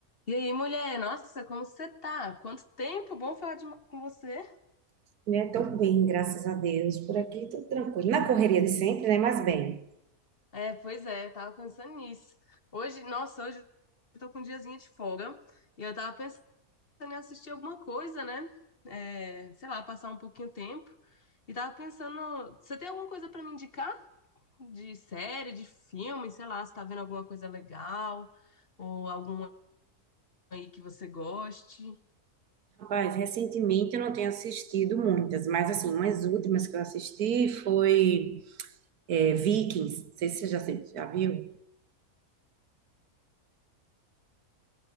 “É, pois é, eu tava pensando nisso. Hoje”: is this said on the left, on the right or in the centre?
Left